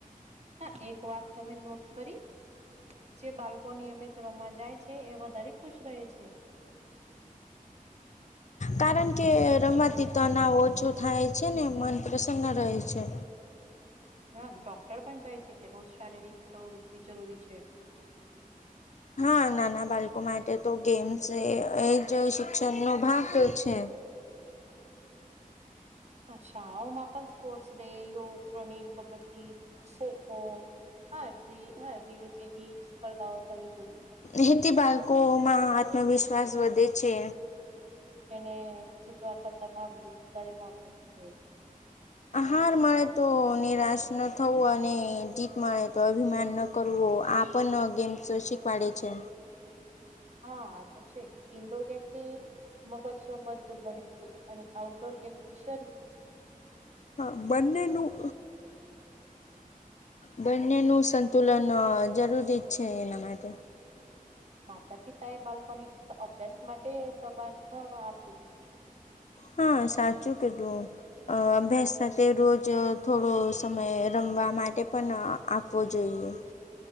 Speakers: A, on the right; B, on the left.
A: હા, એક વાત તમે નોટ કરી? જે બાળકો નિયમિત રોમાં જાય છે, એ વધારે ખુશ રહે છે.
B: કારણ કે રમતી તણાવ ઓછો થાય છે ને મન પ્રસન્ન રહે છે,
A: <inaudible> ડોક્ટર પણ કહે છે કે રોજ શારીરિક પ્રવૃત્તિ જરૂરી છે.
B: હા, નાના બાળકો માટે તો ગેમ્સ એ જ શિક્ષણનો ભાગ છે.
A: હા, શાળાઓમાં પણ સ્પોર્ટ્સ ડે યોગ, રનિંગ, કબડ્ડી, ખોખો, હાર હાર રીલી જેવી સ્પર્ધાઓ થવી જોઈએ.
B: રહેેતી બાળકોમાં આત્મવિશ્વાસ વધે છે,
A: એને જીતવા કરતા ભાગ લેવો વધારે મહત્વનું છે, એ
B: આ હાર મળે તો નિરાશ ન થવું અને જીત મળે, તો અભિમાન ન કરવો આપ ઓપન્નનો ગેમ્સો શીકવાડે છે.
A: હા, આ તો છે ઇન્ડોર ગેમથી મગજ સ્ મજબૂત બને છે, અને આઉટડોર ગેમથી શરીર
B: હા, બંનેનું બંનેનું તુલનો જરૂરી જ છે, એના માટે
A: માતા પિતા એ બાળકોને ફક્ત અભ્યાસ માટે દબાણ આપવું જોઈએ.
B: હા, સાચું કેધું અભ્યાસ સાથે રોજ થોડો સમય રમવા માટે પણ આપવો જોઈએ,